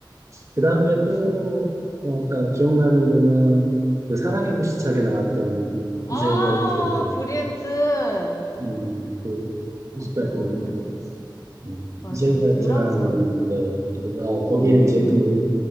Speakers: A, on the right; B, on the left.
A: 그 다음에 또,
B: 진짜.
A: 어, 가- 기억나는 데는 그 사랑의 불시착에 나왔던
B: 아,
A: 이젤 화이트,
B: 브리엔트.
A: 음, 그,
B: 거기
A: 뭐랄까,
B: 너무
A: 그,
B: 예뻤지.
A: 음,
B: 맞아.
A: 이젤 화이트라는
B: 유람선.
A: 데, 어, 거기에
B: 음,
A: 이제 그